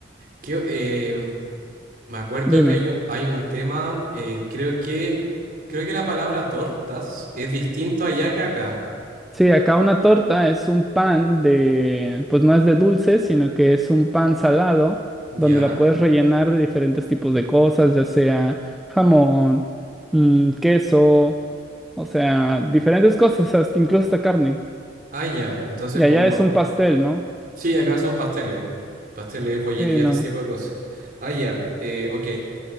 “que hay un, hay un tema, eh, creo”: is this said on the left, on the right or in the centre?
Right